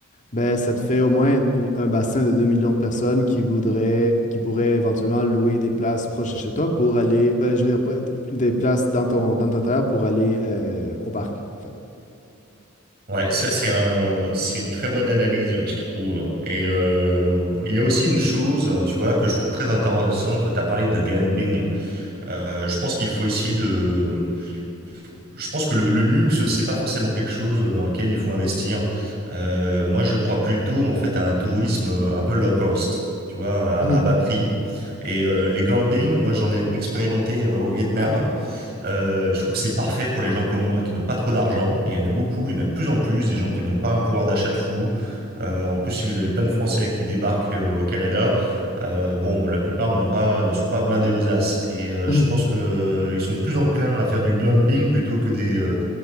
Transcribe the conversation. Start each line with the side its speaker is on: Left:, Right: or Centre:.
Left: ben, ça te fait au moins une- un bassin de 2 millions de personnes qui voudraient, qui pourraient éventuellement louer des places proches de chez toi pour aller, ben, je veux dire, pas- des places dans ton, dans ta terre pour aller euh, au parc, en fait.
Right: Ouais, ça c'est un, c'est une très bonne analyse, je trouve. Et euh, il y a aussi une chose, hein, tu vois, que je trouve très intéressante. Toi, t'as parlé de glamping. Euh, je pense qu'il faut essayer de. Je pense que le, le luxe, c'est pas forcément quelque chose dans lequel il faut investir. Euh, moi, je crois plutôt en fait à un tourisme euh, un peu low cost. Tu vois,
Left: Mhm,
Right: à, à bas prix. Et euh, les glamping, moi j'en ai expérimenté euh, au Vietnam. Euh, je trouve que c'est parfait pour les gens comme moi qui n'ont pas trop d'argent. Et il y en a beaucoup, il y en a de plus en plus, des gens qui n'ont pas un pouvoir d'achat de fou. Euh, en plus, si vous avez plein de Français qui débarquent euh, au Canada, euh, bon, la plupart n'ont pas, ne sont pas blindés aux as. Et euh,
Left: mhm,
Right: je pense que euh, ils sont plus enclins à faire du glumping plutôt que des, euh,